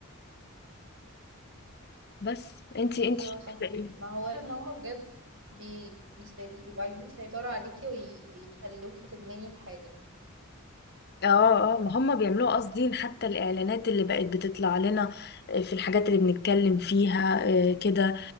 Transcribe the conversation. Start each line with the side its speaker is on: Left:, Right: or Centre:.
Left: بس انتي
Right: ايوه
Left: انتي شايفة
Right: صح
Left: إيه؟
Right: ما هو ان هما بجد بي... بيسي... بيبقوا عايزين يسيطروا عليكي وي... ويخلوكي تدمني الحاجة
Left: اه اه ما هم بيعملوها قاصدين حتى الاعلانات اللي بقت بتطلع لنا آه، في الحاجات اللي بنتكلم فيها آه، كده